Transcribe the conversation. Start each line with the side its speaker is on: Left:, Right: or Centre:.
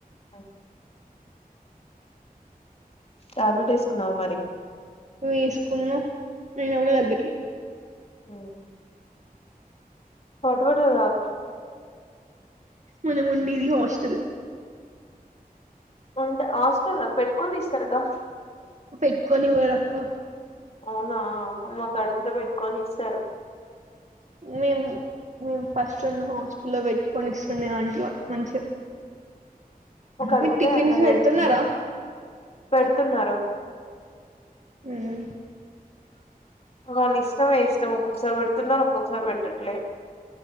Left: హా టాబ్లెట్ ఏసుకున్నావా మరి
Right: వేసుకున్నా అయినా కూడ తగ్గట్లే
Left: హు హాట్ వాటర్ తాగు
Right: మనం ఉండేది హాస్టల్ లో
Left: ఉంటే హాస్టల్ లో పెట్కోనిస్తారుగా
Right: పెట్టుకోనివ్వరు అక్క
Left: అవునా మాకు అడుగుతే పెట్టుకొనిస్తారు
Right: మేము మేము ఫస్ట్ ఉన్న హాస్టల్లో పెట్టుకొనిస్తున్నే వంట్లో మంచిగా
Left: ఒక అడిగితే
Right: మీకు టిఫిన్స్
Left: అట్లా హెల్త్
Right: పెడుతున్నారా?
Left: పెడుతున్నారు
Right: హ్మ్.
Left: వాళ్ళ ఇష్టం అయిష్టం కూసవెడుతున్నార్ ఒకొక్కసారి వె పెట్లే